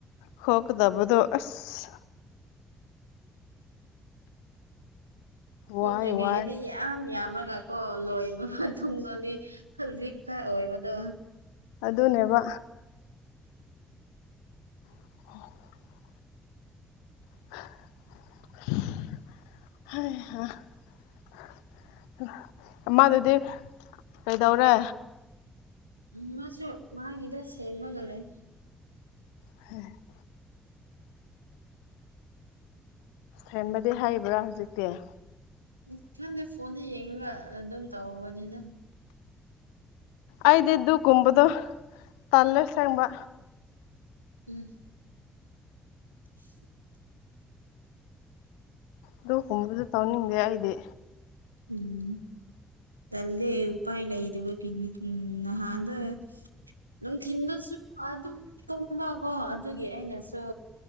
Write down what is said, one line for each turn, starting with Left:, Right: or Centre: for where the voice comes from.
Left: ꯈꯣꯀꯗꯕꯗꯣ ꯑꯁ ꯋꯥꯏ
Right: ꯊꯣꯛꯇ꯭ꯔꯤꯉꯩꯗꯗꯤ
Left: ꯋꯥꯏ
Right: ꯌꯥꯝ ꯌꯥꯝꯃꯒ ꯀꯣ ꯂꯣꯏꯕ ꯃꯇꯨꯡꯗꯗꯤ ꯈꯜꯖꯤꯛꯇ ꯑꯣꯏꯣꯕꯗꯣ
Left: ꯑꯗꯨꯅꯦꯕ <unintelligible> <unintelligible> ꯍꯥ <unintelligible> ꯑꯃꯥꯗꯨꯗꯤ ꯀꯩꯗꯧꯔꯦ
Right: ꯎꯝ ꯃꯥꯁꯨ ꯃꯥꯒꯤꯗ ꯁꯦꯡꯕꯒ ꯂꯩ
Left: <unintelligible> ꯊ꯭ꯔꯦꯝꯃꯗꯤ ꯍꯥꯏꯔꯤꯕ꯭ꯔꯥ ꯍꯧꯖꯤꯛꯇꯤ
Right: ꯎꯝ ꯈꯪꯗꯦ ꯐꯣꯟꯗ ꯌꯦꯡꯉꯒ ꯑꯗꯨꯝ ꯇꯧꯕꯅꯤ ꯗ
Left: ꯑꯩꯗꯤ ꯑꯗꯨꯒꯨꯝꯕꯗꯨ ꯇꯟꯂꯦ ꯑꯁꯦꯡꯕ
Right: ꯎꯝ <inaudible>
Left: ꯑꯗꯨꯀꯨꯝꯕꯗꯣ ꯇꯧꯅꯤꯡꯗꯦ ꯑꯩꯗꯤ
Right: ꯎꯝ ꯇꯟꯂꯦ ꯎꯄꯥꯏ ꯂꯩꯗꯕꯒꯤꯅꯤ ꯎꯝ ꯅꯍꯥꯟꯗꯣ ꯅꯨꯡꯊꯤꯗꯁꯨ ꯑꯗꯨꯝ ꯇꯨꯝꯕꯀꯣ ꯑꯗꯨꯒꯤ ꯑꯩꯅꯁꯨ